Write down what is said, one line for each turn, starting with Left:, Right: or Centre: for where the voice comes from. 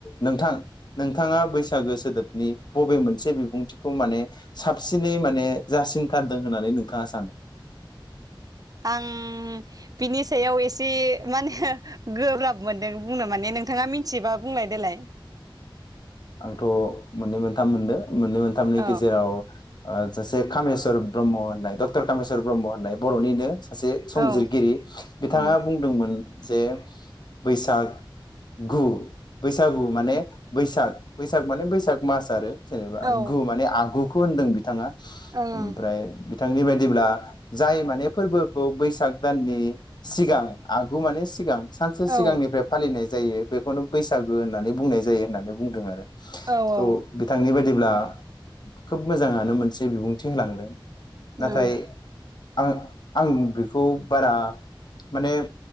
Left: नोंथां नोंथाङा बैसागो सोदोबनि बबे मोनसे बिबुंथिखौ माने साबसिनै माने जासिनथारदों होननानै नोंथाङा सानो?
Right: आं बिनि सायाव एसे मा होनो गोब्राब मोनदों बुंनो माने नोंथाङा मिथिबा बुंलाय दोलाय
Left: आंथ मोननै मोनथाम मोनदों मोननै मोनथामनि
Right: औ
Left: गेजेराव ओ सासे कामेस्वर ब्रह्म होननाय डक्टर कामेस्वर ब्रह्म होननाय बर'निनो सासे संजिरगिरि
Right: औ
Left: बिथाङा
Right: उम
Left: बुंदोंमोन जे बैसाग गु बैसागु माने बैसाग बैसाग माने बैसाग मास आरो जेनेबा
Right: औ
Left: गु माने आगु खौ होनदों बिथाङा
Right: ओं
Left: ओमफ्राय बि- बिथांनि बायदिब्ला जाय माने फोरबोखौ बैसाग दाननि सिगां आगु माने सिगां सानसे
Right: औ
Left: सिगांनिफ्राय फालिनाय जायो बेखौनो बैसागु होननानै बुंनाय जायो होननानै बुंदों आरो थ
Right: औ औ
Left: बिथांनि बाय आ खोब मोजाङानो मोनसे बिबुंथि होलांदों नाथाय-
Right: उम
Left: आं आं बेखौ बारा माने